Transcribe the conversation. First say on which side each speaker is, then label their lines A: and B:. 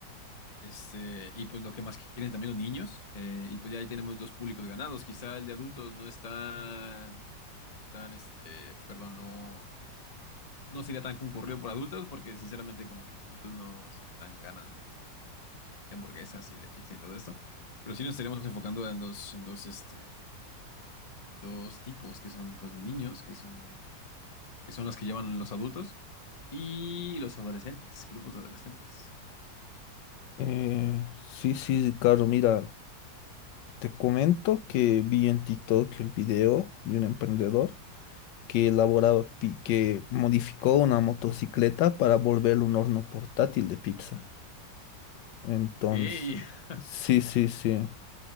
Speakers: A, on the left; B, on the left.
A: Este, y pues lo que más quieren también los niños, eh, y pues ya ahí tenemos dos públicos ganados. Quizá el de adultos no es tan, no es tan, este, perdón, no, no sería tan concurrido por adultos, porque sinceramente como que los adultos no son tan ganas de, de hamburguesas y de pizza y todo esto. Pero sí nos estaremos enfocando en dos, en dos, este, en dos tipos, que son pues los niños, que son, que son las que llevan los adultos, y los adolescentes, grupos de adolescentes.
B: eh, sí, sí, Ricardo, mira. Te comento que vi en TikTok el video de un emprendedor que elaboraba, pi- que modificó una motocicleta para volverlo un horno portátil de pizza. Entonces,
A: Ok. <laughs>
B: sí, sí, sí.